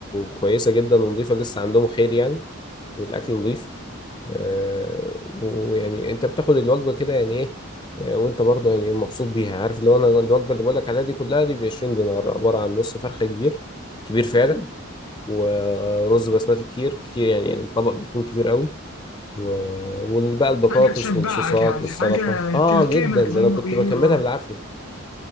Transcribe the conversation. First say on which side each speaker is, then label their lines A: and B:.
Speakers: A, on the left; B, on the left.
A: كويسة جدا ونضيفة لسه عندهم خير يعني والأكل نضيف آه، ويعني انت بتاخد الوجبه كده يعني ايه آه، وانت برضه يعني مبسوط بيها عارف اللي هو انا الوجبه اللي بقولك عليها دي كلها دي ب 20 دينار عباره عن نص فرخه كبير كبير فعلا ورز بسمتي كتير كتير يعني الطبق بيكون كبير قوي و- وبقى البطاطس
B: حاجة تشبعك
A: والصوصات
B: يعني
A: والسلطه
B: حاجة
A: اه
B: تلكمك
A: جدا ده
B: زي
A: انا
B: ما
A: كنت
B: بيقولوا
A: بكملها بالعافيه